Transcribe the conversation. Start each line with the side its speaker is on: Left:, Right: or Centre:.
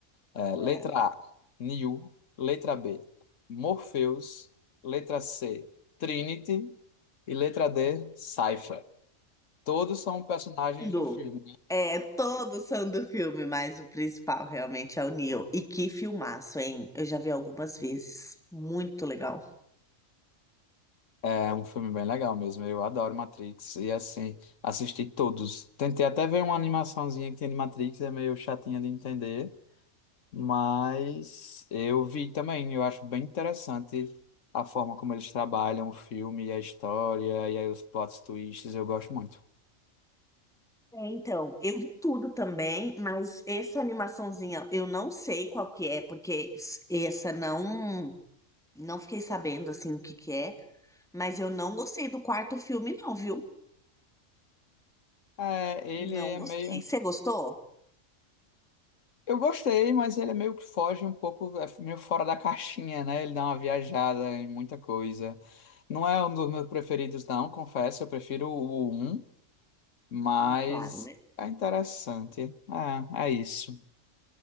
Left: É, letra
Centre: É.
Left: A, Neo. Letra B, Morpheus. Letra C, Trinity. E letra D, Cypher. Todos são personagens
Centre: mundo.
Left: do filme.
Centre: É, todos são do filme, mas o principal realmente é o Neo. E que filmaço, hein? Eu já vi algumas vezes. Muito legal.
Left: É um filme bem legal mesmo. Eu adoro Matrix. E assim, assisti todos. Tentei até ver uma animaçãozinha que tem de Matrix é meio chatinha de entender. Mas eu vi também, eu acho bem interessante a forma como eles trabalham o filme e a história, e aí os plot twists, eu gosto muito.
Centre: É, então, eu vi tudo também, mas essa animaçãozinha eu não sei qual que é, porque s- essa não não fiquei sabendo assim o que que é, mas eu não gostei do quarto filme não, viu?
Left: É, ele
Centre: Não
Left: é
Centre: gostei.
Left: meio.
Centre: Você gostou?
Left: Eu gostei, mas ele é meio que foge um pouco, é meio fora da caixinha, né? Ele dá uma viajada em muita coisa. Não é um dos meus preferidos, não, confesso. Eu prefiro o um Mas
Centre: Ah, Claro, né?
Left: é interessante. É, é isso.